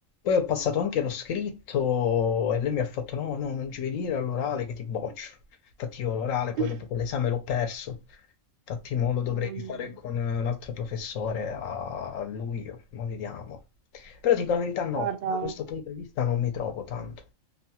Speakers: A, on the left (about 80°); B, on the right (about 60°).
A: Poi ho passato anche lo scritto e lei mi ha fatto no, no, non ci venire all'orale che ti boccio. Infatti io l'orale poi
B: <laughs>
A: dopo quell'esame l'ho perso. Infatti mo lo dovrei
B: Mamma
A: fare
B: mia.
A: con eh, un altro professore a a luglio, ma vediamo. Però dico la verità, no,
B: Guarda.
A: da questo punto di vista non mi trovo tanto.